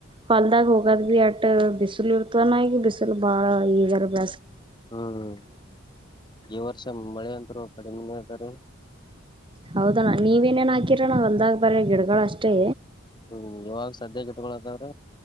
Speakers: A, on the right; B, on the left.
A: ಹೊಲ್ದಾಗ ಹೋಗದ್ ಬಿ ಅಟ್ಟ ಬಿಸ ಬಿಸಲು ಇರ್ತಾನ ಈಗ ಬಿಸಿಸಿಲು ಬಾಳ ಈಗರ್ ಬ
B: ಹ್ಮ್ ಹ್ಮ್ ಈ ವರ್ಷ ಮಳೆ ಅಂತರು ಕಡಿಮೆ ಸರಿ
A: ಹೌದಣ ನೀವೇನೇನ್ ಹಾಕಿರ ನಾವ ಹೊಲ್ದಾಗ ಬರ್ರ ಗಿಡಗಳ ಅಷ್ಟೇ
B: ಹ್ಮ್ ಯಾವಾಗ ಸದ್ಯ ಕೆ ಇಟ್ಕೊಳತ್ತವ್ರ